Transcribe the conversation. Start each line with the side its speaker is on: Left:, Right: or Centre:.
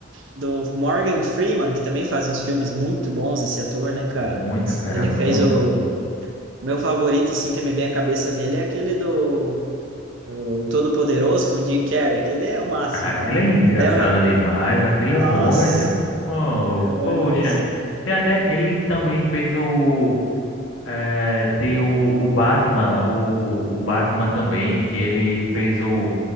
Right: do Morgan Freeman, que também faz uns filmes muito bons, esse ator, né, cara?
Left: muito, cara,
Right: Ele
Left: muito.
Right: fez o meu favorito, assim, que me vem à cabeça dele é aquele do o Todo-Poderoso com o Jim Carrey, aquele é o máximo,
Left: Ah, aquilo
Right: cara.
Left: é engraçado
Right: Lembra?
Left: demais. Aquilo
Right: Nossa,
Left: é bom, velho. Oh,
Right: é bom
Left: poxa.
Right: demais.
Left: Tem até. Ele também fez o. É, tem o, o Batman, o, o Batman também, que ele fez o.